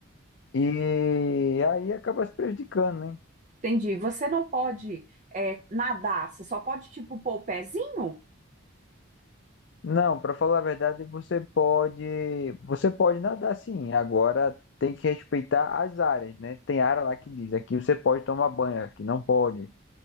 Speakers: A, on the left; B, on the right.
A: e aí acaba se prejudicando, né?
B: entendi. Você não pode é, nadar, você só pode, tipo, pôr o pezinho?
A: Não, para falar a verdade, você pode, você pode nadar sim. Agora tem que respeitar as áreas, né? Tem área lá que diz, aqui você pode tomar banho, aqui não pode.